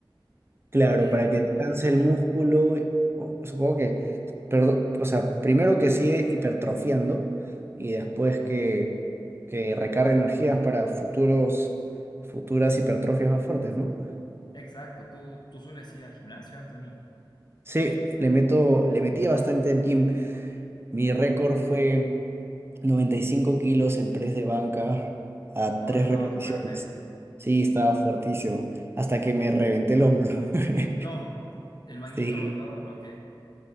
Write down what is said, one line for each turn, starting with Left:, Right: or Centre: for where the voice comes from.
Right: Claro,
Left: Eh,
Right: para que descanse el músculo, y- o- supongo que, perdo- o sea, primero que sigue hipertrofiando y después que, que recargue energías para futuros, futuras hipertrofias más fuertes, ¿no?
Left: Exacto, tú, tú sueles ir al gimnasio, Anthony.
Right: Sí, le meto, le metía bastante al gym. Mi récord fue 95 kilos en press de banca a
Left: Oh,
Right: tres
Left: estabas
Right: repeticiones.
Left: fuerte.
Right: Sí, estaba fuertísimo, hasta que me reventé el hombro. <laughs>
Left: No, el manguito
Right: Sí.
Left: rotador, ok.